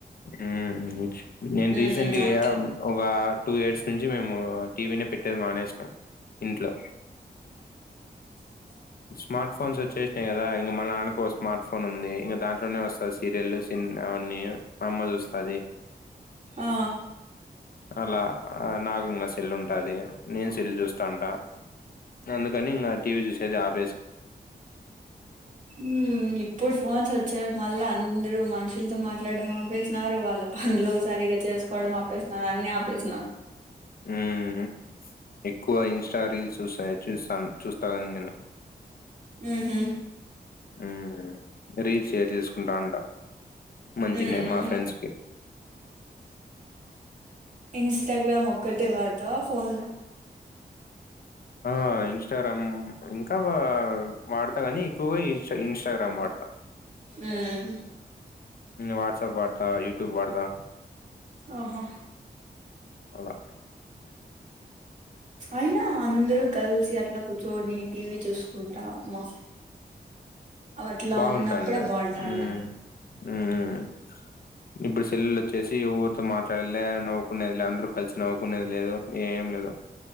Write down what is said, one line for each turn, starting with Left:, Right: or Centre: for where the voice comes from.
Left: మ్మ్ నేను
Right: ఉమ్
Left: రీసెంట్గా
Right: అంతే
Left: ఒక టూ ఇయిర్స్ నుంచి మేము టీవి ని పెట్టే దే మానేస్ నం ఇంట్లో
Right: అ
Left: స్మార్ట్ ఫోన్స్ వచ్చేసినాయి కదా ఇంకా మన నాన్నకు స్మార్ట్ ఫోన్ ఉంది ఇంకా దాంట్లోనే వస్తంది సీరియల్ సినిమా అన్నీ అమ్మ చూస్తది
Right: ఆ
Left: అలా నాకు ఇంకా సెల్ ఉంటాది నేను సెల్ చూస్తా ఉంటా అందుకని ఇంకా టీవీ చూసి ది అప్
Right: మ్మ్ ఇప్పుడు ఫోన్స్ వచ్చే వల్ల అందురు మనుషులతో మాట్లాడడం ఆపేసిన్నారు వాళ్ళ పనులు సరిగ్గా చేసుకోవడం ఆపేసిన్నారు అన్ని ఆపేసిన్నారు
Left: మ్మ్ ఎక్కువ ఇన్స్ట్ రీల్స్ వస్సాయి చూస్తాను చూస్తాదని నేను
Right: మ్మ్ హ్మ్
Left: మ్మ్ రీల్స్ షేర్ చేసుకుంటా అంట మంచినే
Right: ఉమ్
Left: మా ఫ్రెండ్స్ కి
Right: ఇన్స్టాగ్రామ్ ఒక్కటే వాడతావా ఫోన్ లో
Left: ఆ ఇన్స్టాగ్రామ్ ఇంకా వా వాడతా కానీ ఎక్కువ ఇన్స్ట్ ఇన్స్టాగ్రామ్ వాడతా
Right: ఉమ్
Left: వాట్సాప్ వాడతా త యూట్యూబ్ వాడతా
Right: ఓహో
Left: అలా
Right: అయినా అందరూ కలిసి అట్లా కూర్చోని టీవీ చూసుకుంటా మా అట్లా
Left: బాగుంటాండి
Right: ఉన్నప్పుడే బాగుంటాండ
Left: మ్మ్ మ్మ్ ఇప్పుడు సెల్లలు వచ్చేసి ఎవరితో మాట్లాడలే నువ్వు ఉండేదిలే అందరు కలిసి నవ్వుకునేది లేదు ఏ ఏం లేదు